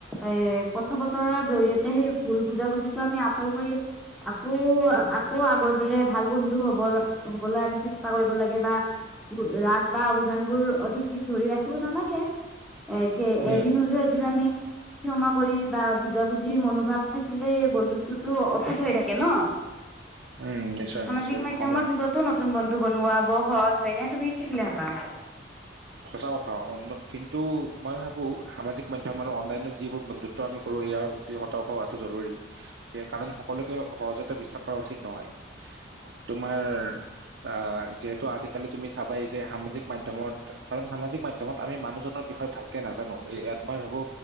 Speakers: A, in the centre; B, on the right.
A: এ কথা বতৰাৰ জৰিয়তে সেই ভুল বুজাবুজিটো আমি আঁতৰ কৰি আকৌ আকৌ আগৰ দৰে ভাল বন্ধু হব হ'বলৈ আমি চেষ্টা কৰিব লাগে বা ৰাগ বা অভিমান বোৰ অধিক দিন ধৰি ৰাখিব নালাগে এই <unintelligible>
B: কোৱা?
A: এদিন হলেও এদিন আমি ক্ষমা কৰি বা বুজাবুজি মনোভাৱ থাকিলে বন্ধুত্বতো অটুট হৈ থাকে ন?
B: উম নিশ্চয়
A: সামাজিক
B: নিশ্চয়
A: মাধ্যমৰ
B: ক্ষমা
A: যুগতো নতুন বন্ধু বনোৱা বৰ সহজ হয় নে তুমি কি বুলি ভাবা?
B: সঁচা কথা <unintelligible> কিন্তু মই ভাবো সামাজিক মাধ্যমৰ আৰু অনলাইনৰ যিবোৰ বন্ধু -ত্ব আমি কৰো ইয়াৰ প্ৰতি সতৰ্ক হোৱাটো জৰুৰী যে কাৰণ সকলোকে সহজতে বিশ্বাস কৰা উচিত নহয়। তোমাৰ আহ যিহেতু আজিকালি তুমি চাবাই যে সামাজিক মাধ্যমত কাৰণ সামাজিক মাধ্যমত আমি মানুহজনৰ বিষয়ে ভালকে নাজানো এই ইয়াত মই ভাবো